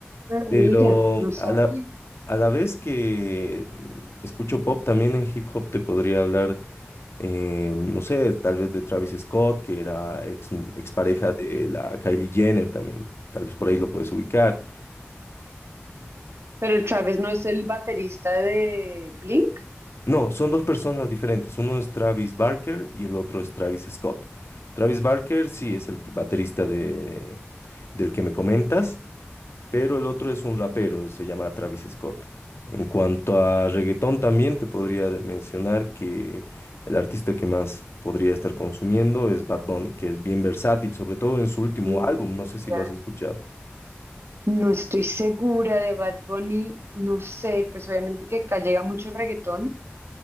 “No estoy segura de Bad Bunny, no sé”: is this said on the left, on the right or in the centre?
Right